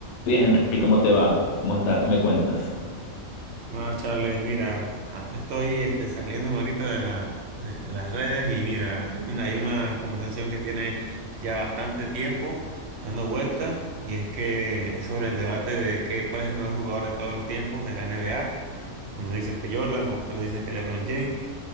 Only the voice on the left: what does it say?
Bien, Henry, ¿cómo te va? ¿Cómo estás? ¿Qué me cuentas?